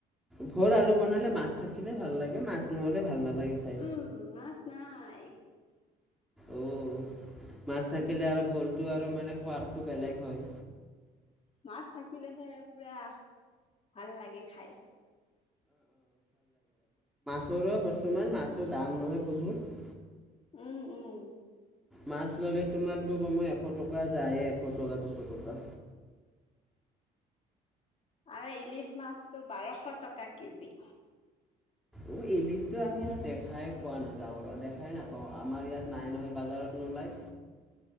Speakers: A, in the centre; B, on the left (about 35°).
A: ভোল আলু বনালে মাছ থাকিলে ভাল লাগে মাছ নহলে ভাল নালাগে। খাই
B: উম, মাছ নাই।
A: অ', মাছ থাকিলে আৰু ভোলটো আৰু মানে সোৱাদটো বেলেগ হয়।
B: মাছ থাকিলেহে পুৰা ভাল লাগে খাই।
A: ওচৰোৱা বৰ্তমান মাছৰ দাম নহয় বহুত।
B: উম, উম।
A: মাছ ল'লে তোমাৰতটো কমই এশ টকা যায়ে এশ টকা দুশ টকা।
B: আৰু ইলিচ মাছটো বাৰশ টকা কেজি।
A: অ', ইলিচটো আমি আৰু দেখাই পোৱা নাযাওঁ। দেখাই নাপাওঁ আমাৰ ইয়াত নাই নহয় বাজাৰত নোলায়।